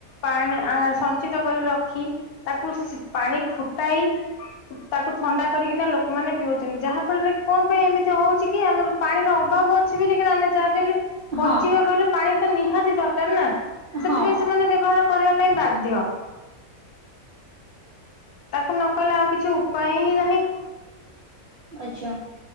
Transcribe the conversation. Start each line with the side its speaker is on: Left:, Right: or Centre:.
Left: ପାଣି ଆ ସଞ୍ଚିତ କରି ରଖି ତାକୁ ପାଣି ଫୁଟାଇ ତାକୁ ଥଣ୍ଡା କରିକିନା ଲୋକମାନେ ପିଉଛନ୍ତି। ଯାହାଫଳରେ କଣ ପାଇଁ ଏମିତି ହଉଛି କି ଆମର ପାଣିର ଅଭାବ ଅଛି ବୋଲି କିନା ଆମେ ଯାହା ହେଲେ ବଞ୍ଚିବାକୁ
Right: ହଁ
Left: ହେଲେ ପାଣି ତ ନିହାତି ଦରକାର ନା। ସେଥିପାଇଁ
Right: ହଁ
Left: ସେମାନେ ବ୍ୟବହାର କରିବା ପାଇଁ ବାଧ୍ୟ। ତାକୁ ନ କଲେ ଆଉ କିଛି ଉପାୟ ହିଁ ନାହିଁ।
Right: ଆଚ୍ଛା।